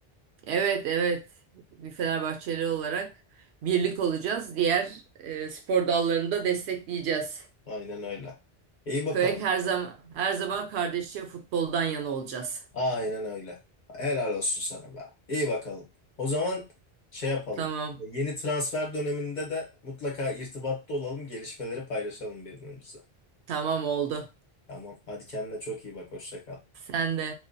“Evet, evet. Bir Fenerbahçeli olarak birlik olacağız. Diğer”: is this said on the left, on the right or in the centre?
Right